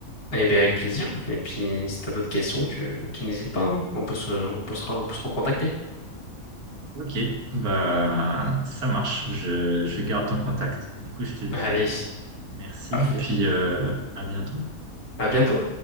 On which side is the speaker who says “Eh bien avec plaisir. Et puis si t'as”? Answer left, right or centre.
Left